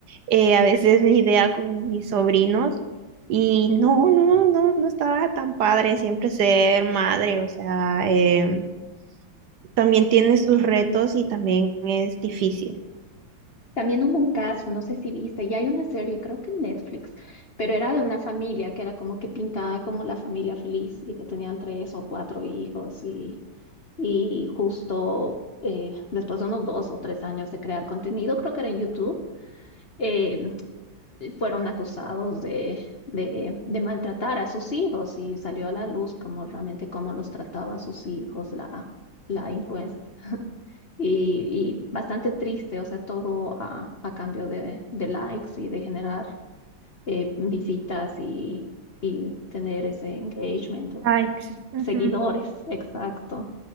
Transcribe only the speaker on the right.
eh, a veces lidia con mis sobrinos y no, no, no, no está tan padre siempre ser madre. O sea, em, también tiene sus retos y también es difícil.
Sykes. Ujú.